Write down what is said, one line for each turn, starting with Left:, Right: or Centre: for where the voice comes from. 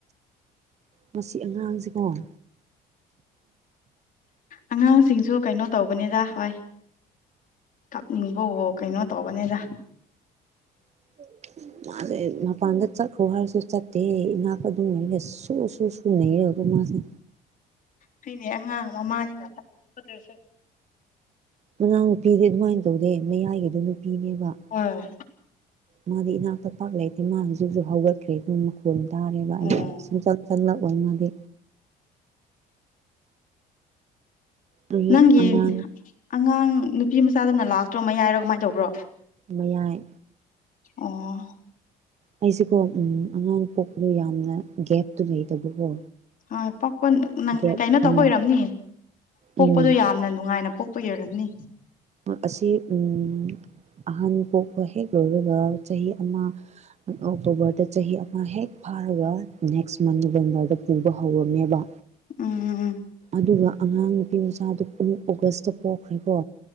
Right: ꯃꯁꯤ ꯑꯉꯥꯡꯁꯦꯀꯣ ꯎꯝ
Left: ꯑꯉꯥꯡꯁꯤꯡꯁꯨ ꯀꯩꯅꯣ ꯇꯧꯕꯅꯤꯗ ꯋꯥꯏ ꯀꯞꯅꯤꯡꯕꯋꯣ ꯀꯩꯅꯣ ꯇꯧꯕꯅꯦꯗ
Right: <inaudible> ꯃꯥꯁꯦ ꯃꯄꯥꯟꯗ ꯆꯠꯈ꯭ꯔꯣ ꯍꯥꯏꯔꯁꯨ ꯆꯠꯇꯦ ꯏꯅꯥꯛ ꯑꯗꯨꯝ ꯂꯩꯔ ꯁꯨ ꯁꯨ ꯁꯨꯅꯩꯔꯒ ꯀꯣ ꯃꯥ <inaudible>
Left: ꯍꯣꯏꯅꯦ ꯑꯉꯥꯡ ꯃꯥꯅꯤꯅ ꯐꯠ ꯐꯠꯇ꯭ꯔꯁꯨ
Right: ꯃꯅꯥꯎ ꯅꯨꯄꯤꯗꯤ ꯑꯗꯨꯃꯥꯏꯅ ꯇꯧꯗꯦ ꯃꯌꯥꯏꯒꯤꯗꯨ ꯅꯨꯄꯤꯅꯦꯕ
Left: ꯍꯣꯏ
Right: ꯃꯥꯗꯤ ꯏꯅꯥꯛꯇ ꯄꯥꯛ ꯂꯩꯇꯦ ꯃꯥ ꯍꯧꯖꯤꯛꯁꯨ ꯍꯧꯒꯠꯈ꯭ꯔꯦ ꯄꯨꯡ ꯃꯈꯣꯡ ꯇꯥꯔꯦꯕ
Left: ꯎꯝ
Right: ꯑꯩ ꯁꯨꯡꯆꯪ ꯆꯪꯂꯛꯑꯣ ꯃꯗꯤ ꯑꯩꯒꯤ
Left: ꯅꯪꯒꯤ
Right: ꯑꯉꯥꯡ
Left: ꯑꯉꯥꯡ ꯅꯨꯄꯤ ꯃꯆꯥꯗꯨꯅ ꯂꯥꯁꯇꯣ ꯃꯌꯥꯏꯔꯣ ꯀꯃꯥꯏ ꯇꯧꯕ꯭ꯔꯣ
Right: ꯃꯌꯥꯏ
Left: ꯑꯣ
Right: ꯑꯩꯁꯤꯀꯣ ꯎꯝ ꯑꯉꯥꯡ ꯄꯣꯛꯄꯗꯨ ꯌꯥꯝꯅ ꯒꯦꯞꯇꯨ ꯂꯩꯇꯕꯀꯣ
Left: ꯍꯣꯏ ꯄꯣꯛꯄ ꯅꯪ
Right: ꯒꯦꯞ
Left: ꯀꯩꯅꯣ ꯇꯧꯕ
Right: ꯎꯝ
Left: ꯑꯣꯏꯔꯝꯅꯤ ꯄꯣꯛꯄꯗꯣ
Right: ꯎꯝ
Left: ꯌꯥꯝꯅ ꯅꯨꯡꯉꯥꯏꯅ ꯄꯣꯛ ꯄꯩ ꯑꯣꯏꯔꯝꯅꯤ
Right: ꯑꯁꯤ ꯎꯝ ꯑꯍꯟ ꯄꯣꯛꯄ ꯍꯦꯛ ꯂꯣꯏꯔꯒ ꯆꯍꯤ ꯑꯃ ꯑꯣꯛꯇꯣꯕꯔꯗ ꯆꯍꯤ ꯑꯃ ꯍꯦꯛ ꯐꯥꯔꯒ ꯅꯦꯛꯁ ꯃꯟ ꯅꯕꯦꯝꯕꯔꯗ ꯄꯨꯕ ꯍꯧꯔꯝꯃꯦꯕ
Left: ꯎꯝ ꯎꯝ
Right: ꯑꯗꯨꯒ ꯑꯉꯥꯡ ꯅꯨꯄꯤ ꯃꯆꯥꯗꯨ ꯄꯨꯡ ꯑꯣꯒꯁꯇ ꯄꯣꯛꯈ꯭ꯔꯦꯀꯣ